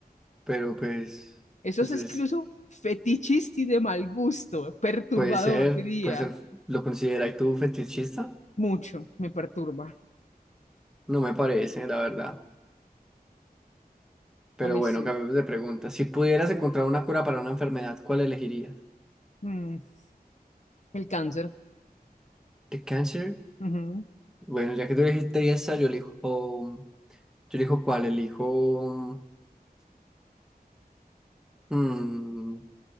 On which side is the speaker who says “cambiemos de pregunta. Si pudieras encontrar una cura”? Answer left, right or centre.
Centre